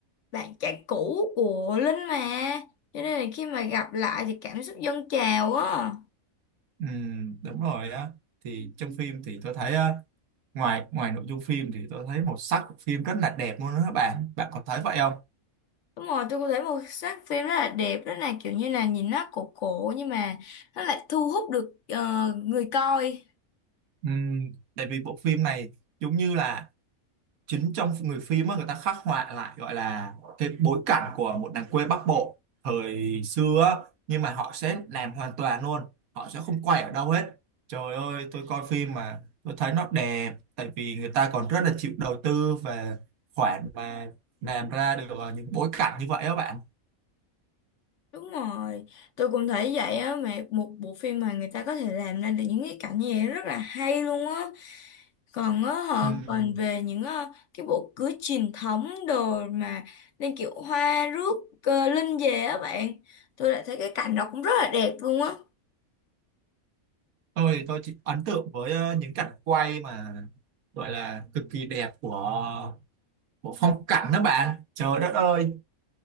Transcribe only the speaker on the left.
bạn trai cũ của Linh mà cho nên là khi mà gặp lại thì cảm xúc dâng trào á
đúng rồi tôi có thấy một sắc phim rất là đẹp rất là kiểu như là nhìn nó cổ cổ nhưng mà nó lại thu hút được ờ, người coi
Đúng rồi, tôi cũng thấy vậy á, mà một bộ phim mà người ta có thể làm ra được những cái cảnh như vậy rất là hay luôn á. Còn á, họ
còn về những ờ, cái bộ cưới truyền thống đồ mà lên kiểu hoa rước ờ, linh về á bạn. Tôi lại thấy cái cảnh đó cũng rất là đẹp luôn á.